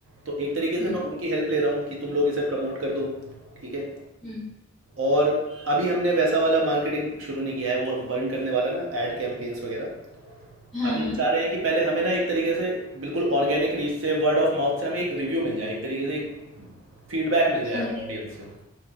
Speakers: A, on the right; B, in the centre.
A: तो एक तरीके
B: हम्म
A: से मैं उनकी हेल्प ले रहा हूँ कि तुम लोग इसे प्रमोट कर दो, ठीक है?
B: हम्म
A: और अभी हमने वैसा वाला मार्केटिंग शुरू नहीं किया है वो बर्न करने वाला ना ऐड कैंपेन्स वगैरह।
B: हाँ
A: अभी
B: हाँ
A: हम चाह रहे हैं कि पहले हमें ना एक तरीके से बिल्कुल ऑर्गेनिक रीच से वर्ड ऑफ माउथ से हमें एक रिव्यू मिल जाए। एक तरीके से एक फीडबैक मिल जाए
B: समझ
A: हमें ऑडियंस से।